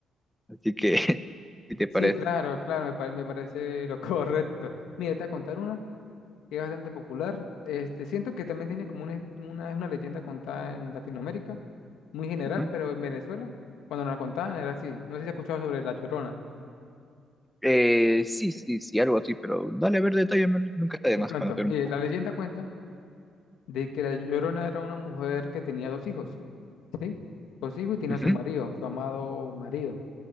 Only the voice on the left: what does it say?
Sí,
claro, claro, me, pare- me parece lo <laughs> correcto. Mire, te voy a contar una. que es bastante popular. Este, siento que también tiene como una, es- una, es una leyenda contada en Latinoamérica, muy general,
pero en Venezuela, cuando nos la contaban era así. No sé si has escuchado sobre La Llorona.
Te
cuento,
eh,
la leyenda cuenta de que La Llorona era una mujer que tenía dos hijos, ¿sí? Dos hijos y tenía
a su marido, su amado marido.